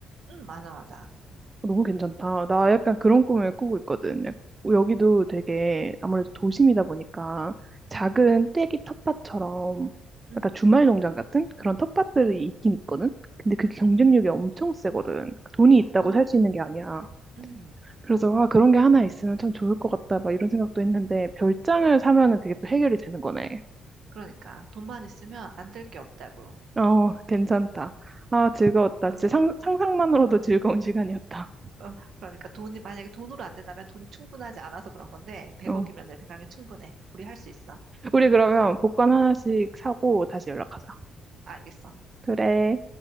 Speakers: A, on the right; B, on the right.
A: 응, 맞아, 맞아.
B: 어, 너무 괜찮다. 나 약간 그런 꿈을 꾸고 있거든. 약- 여기도 되게 아무래도 도심이다 보니까 작은
A: 응,
B: 떼기 텃밭처럼
A: 응,
B: 약간 주말 농장 같은 그런 텃밭들이
A: 응,
B: 있긴 있거든. 근데 그게 경쟁력이
A: 응.
B: 엄청 세거든. 그 돈이 있다고
A: 아,
B: 살 수 있는 게 아니야.
A: 응.
B: 그래서 아, 그런 게 하나 있으면 참 좋을 것 같다. 막 이런 생각도 했는데 별장을 사면은 그게 또 해결이 되는 거네.
A: 그러니까 돈만 있으면 안 될 게 없다고.
B: 어, 괜찮다. 아, 즐거웠다.
A: 응,
B: 진짜 상, 상상만으로도
A: 응.
B: 즐거운 <laughs> 시간이었다.
A: 어, 그러니까 돈이 만약에 돈으로 안 된다면 돈이 충분하지 않아서 그런 건데 100억이면
B: 어.
A: 내 생각엔 충분해. 우리 할 수 있어.
B: 우리
A: 응,
B: 그러면 복권 하나씩 사고 다시 연락하자.
A: 알겠어.
B: 그래.